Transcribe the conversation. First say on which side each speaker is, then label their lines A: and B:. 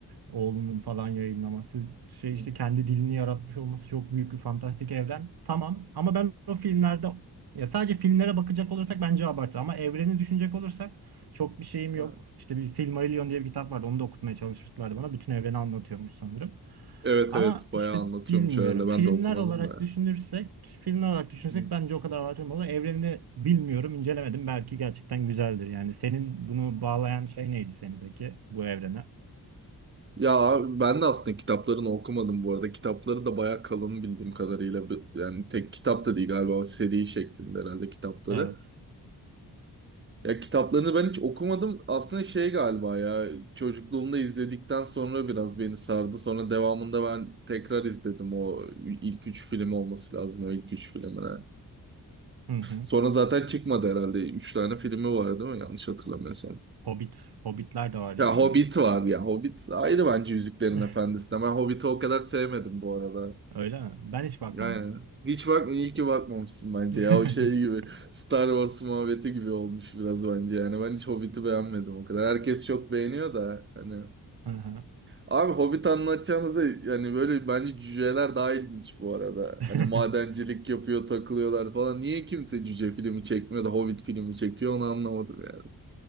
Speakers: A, on the right (about 85°); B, on the right (about 30°).
A: oğlunun falan yayınlaması şey
B: Hı.
A: işte kendi dilini yaratmış olması çok büyük bir fantastik evren. Tamam ama ben o filmlerde ya sadece filmlere bakacak olursak bence abartı ama evreni düşünecek olursak çok bir şeyim
B: Ha.
A: yok. İşte bir Silmarillion diye bir kitap vardı. Onu da okutmaya çalışmışlardı bana. Bütün evreni anlatıyormuş sanırım.
B: Evet
A: Ama
B: evet bayağı
A: işte
B: anlatıyormuş
A: bilmiyorum.
B: herhalde ben
A: Filmler
B: de okumadım
A: olarak
B: da.
A: düşünürsek, filmler olarak düşünürsek
B: Hı.
A: bence o kadar abartılmalı. Evrenini bilmiyorum, incelemedim. Belki gerçekten güzeldir. Yani senin bunu bağlayan şey neydi seni peki bu evrene?
B: Ya ben de aslında kitaplarını okumadım bu arada. Kitapları da bayağı kalın bildiğim kadarıyla. Yani tek kitap da değil galiba seri şeklinde herhalde kitapları.
A: Evet.
B: Ya kitaplarını ben hiç okumadım. Aslında şey galiba ya çocukluğumda izledikten sonra biraz beni sardı. Sonra devamında ben tekrar izledim o ilk üç film olması lazım o ilk üç filmine.
A: Hı hı.
B: Sonra zaten çıkmadı herhalde. Üç tane filmi var değil mi? Yanlış hatırlamıyorsam.
A: Hobbit, Hobbitler de var
B: Ya
A: diye biliyorum.
B: Hobbit var ya. Hobbit ayrı bence Yüzüklerin
A: <laughs>
B: Efendisi'ne. Ben Hobbit'i o kadar sevmedim bu arada.
A: Öyle mi? Ben hiç bakmadım.
B: Aynen. Hiç bakma, iyi ki bakmamışsın bence
A: <laughs>
B: ya. O şey gibi Star Wars muhabbeti gibi olmuş biraz bence yani. Ben hiç Hobbit'i beğenmedim o kadar. Herkes çok beğeniyor da hani.
A: Hı hı.
B: Abi Hobbit anlatacağınıza yani böyle bence cüceler daha ilginç bu arada.
A: <laughs>
B: Hani madencilik yapıyor, takılıyorlar falan. Niye kimse cüce filmi çekmiyor da Hobbit filmi çekiyor onu anlamadım yani.